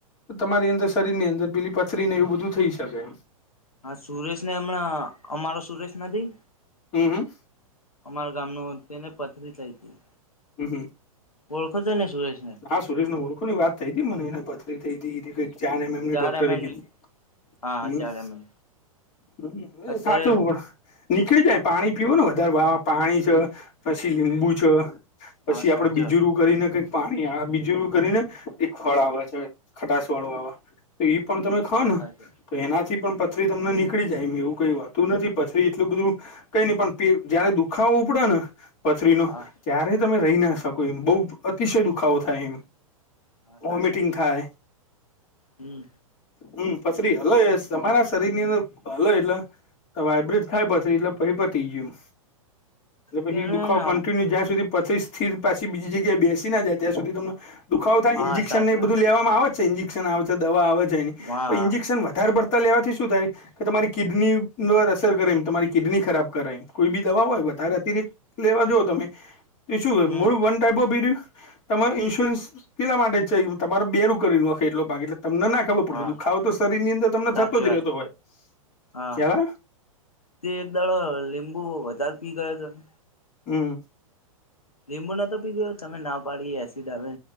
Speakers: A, on the left (about 40°); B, on the left (about 80°).
A: તમારી અંદર શરીરની અંદર પેલી પથરી નહી એવું બધું થઈ શકે એમ.
B: હા સુરેશ ને હમણાં અમારો સુરેશ નથી.
A: હમ હ.
B: અમારા ગામ નો તેને પથરી થય હતી.
A: હમ હમ.
B: ઓળખો છો ને સુરેશ
A: હા સુરેશને ઓળખોની વાત થઈ હતી મને એને પથરી થઈ તી કઈ. ચાર એમ એમની
B: ચાર
A: ડોક્ટરી
B: એમ એમ
A: કીધી
B: ની હા
A: હમ,
B: ચાર એમ એમ
A: હ એ
B: અત્યારે
A: સાચું પણ નીકળી જાય પાણી પીવ ને વધારે વાહ પાણી છે, પછી લીંબુ છે.
B: હા
A: પછી
B: સાચી
A: આપડે બીજુંરૂ
B: વાત
A: એ કરીને કંક પાણી આ બીજુંરૂ કરીને એક ફળ આવે છે, ખટાસ વાળું આવે. તો ઈ પણ તમે ખાવ
B: હા
A: ને.
B: સાચી વાત
A: તો એનાથી પણ પથરી તમને નીકળી જાય એવું કઈ વાતું નથી પથરી એટલું બધું કઈ નહી પણ જયારે દુખાવો ઉપડ ને. પથરીનો,
B: હા
A: ત્યારે તમે રહી ના શકો એમ બહુ અતિશય દુખાવો થાય એમ.
B: હા
A: વોમિટિંગ
B: સાચી વાત
A: થાય.
B: હમ
A: હમ પતરી અલ્ સમમાના શરીરનીંદ હલ એટલા તો વાયબ્રિડ થાય પથરી એટલે પછી પતી ગયું. એ પછી
B: તેનેને
A: દુખાવો કન્ટિન્યુ જ્યાં સુધી પથરી સ્થિર પાછી બીજી જગ્યાએ બેસે જાય ત્યાં સુધી તમને દુખો થાય,
B: હા
A: ઇન્જેક્શનને
B: સાચી
A: એ બધું
B: વાત
A: લેવામાં આવે છે ઇન્જેક્શન છે દવા આવે છે.
B: હા
A: ઇન્જેક્શન વધારે પડતાં લેવાથી શું થાય. કે તમારી કિડની પરર અસર કરે એ તમારી કિડની ખરાબ કર યમ કોઈ બી દવા હોય વધારે અતિરિક્ત લેવા જ તમે, એ શું
B: હમ
A: મોળું વન ટાઈપ ઓ બીરયું. તમારે ઇન્સ્યોરન્સ પેલા માટે જ છે તમારો બેરું કરી હખે એટલો ભાગ એટલે તમને નાખ ખબર પડે
B: હા
A: દુખાવો તો શરીર ની અંદર તમને
B: સાચી
A: થતો જ
B: વાત
A: રહેતો હોય
B: હા
A: ખ્યાલ આય.
B: તે એક દાડો લીંબુ વધારે પી ગયો હતોને,
A: હમ.
B: લીંબુ નતો પી ગયો તમે ના પાડી એસિડ આવે.